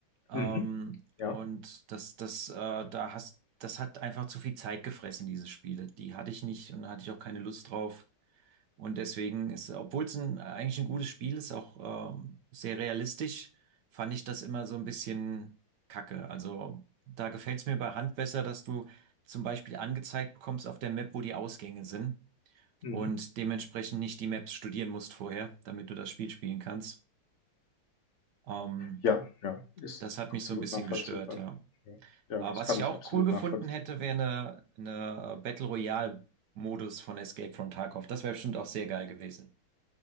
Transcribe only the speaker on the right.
Ähm,
und das, das, äh, da hast, das hat einfach zu viel Zeit gefressen, diese Spiele. Die hatte ich nicht und da hatte ich auch keine Lust drauf. Und deswegen ist, obwohl es ein, eigentlich ein gutes Spiel ist, auch ähm, sehr realistisch, fand ich das immer so ein bisschen kacke. Also da gefällt es mir bei Hand besser, dass du zum Beispiel angezeigt bekommst auf der Map, wo die Ausgänge sind
und dementsprechend nicht die Maps studieren musst vorher, damit du das Spiel spielen kannst. Ähm,
das hat
mich so ein bisschen
gestört, ja.
Aber
was
ich
auch
cool gefunden
hätte, wäre eine, eine äh, Battle Royale Modus von Escape from Tarkov. Das wäre bestimmt auch sehr geil gewesen.